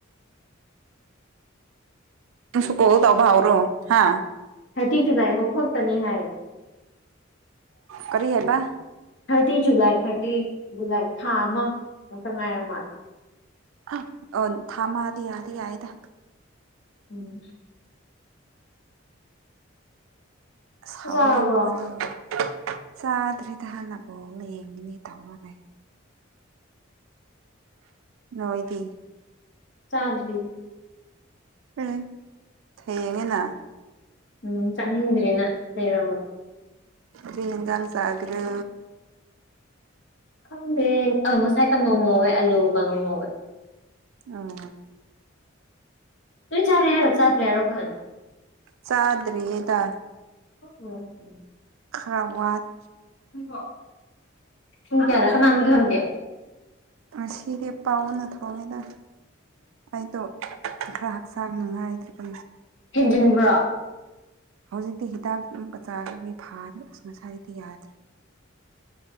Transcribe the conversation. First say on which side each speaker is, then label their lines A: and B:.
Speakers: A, on the right; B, on the left.
A: ꯁꯨ ꯀꯣꯜꯗꯕꯥꯎꯔꯣ ꯍꯥꯥ
B: ꯊꯔꯇꯤ ꯖꯂꯥꯏꯕꯨ ꯈ ꯇꯅꯤ ꯍꯥꯏꯌꯦ
A: ꯀꯔꯤꯍꯦꯕ
B: ꯊꯥꯔꯇꯤ ꯖꯨꯂꯥꯏ ꯊꯥꯔꯇꯤ ꯖꯨꯂꯥꯏ ꯊꯥ ꯑꯃ ꯃꯨꯛꯇ ꯉꯥꯏꯔ ꯃꯥꯜꯂꯦ
A: ꯑ ꯑ ꯊꯥꯃꯗꯤ ꯌꯥꯗꯤ ꯌꯥꯏꯗ
B: ꯎꯝ ꯆꯥꯛ
A: ꯁꯥꯎꯅꯤꯡꯕꯗꯣ
B: ꯆꯥꯔꯕ꯭ꯔꯣ
A: ꯆꯥꯗ꯭ꯔꯔꯤꯗ ꯍꯥꯟꯅꯕꯣꯛꯅ ꯌꯦꯡꯉꯅꯤ ꯇꯥꯎꯅꯅꯦ ꯅꯣꯏꯣꯏꯇ
B: ꯆꯥꯟꯗꯕꯤ
A: ꯎ ꯊꯩꯌꯦꯒꯦꯅꯥ
B: ꯎꯝ ꯆꯥꯅꯤꯡꯗ꯭ꯔꯦꯅ ꯂꯩꯔꯕ
A: ꯇꯟꯖꯥꯥꯡ ꯁꯥꯒꯔ
B: ꯈꯪꯗꯦ ꯑ ꯉꯁꯥꯏ ꯀꯥꯡꯉꯧ ꯉꯧꯋꯦ ꯑꯥꯂꯨ ꯀꯥꯡꯉꯧ ꯉꯧꯋꯦ
A: ꯑꯣ
B: ꯂꯣꯏ ꯆꯥꯔꯦ ꯍꯥꯏꯔꯣ ꯆꯥꯗ꯭ꯔꯦ ꯍꯥꯏꯔꯣ ꯈꯥꯟꯅꯣ
A: ꯆꯥꯗꯔꯤ ꯌꯦꯗ
B: ꯎꯝ
A: ꯈꯔ ꯋꯥꯠ
B: ꯣ ꯊꯨꯝ ꯀꯌꯥ ꯅ ꯁꯨꯝ ꯑꯃ ꯊ ꯍꯨꯝ ꯀꯌꯥ
A: ꯑ ꯁꯤꯔꯤ ꯑ ꯄꯥꯎꯅ ꯊꯣꯡꯉꯦꯗ ꯑꯩꯗꯣ ꯈ꯭ꯔꯔ ꯍꯛꯁꯥꯡ ꯅꯪꯉꯥꯏꯗ꯭ꯔꯤ ꯄ
B: ꯍꯦꯟꯖꯤꯟꯕ꯭ꯔꯣ
A: ꯍꯧꯖꯤꯛꯇꯤ ꯍꯤꯗꯥꯛ ꯆꯥꯔꯒꯤ ꯐꯥꯔꯦ ꯉꯁꯥꯏꯗꯤ ꯌꯥꯗ꯭ꯔꯦ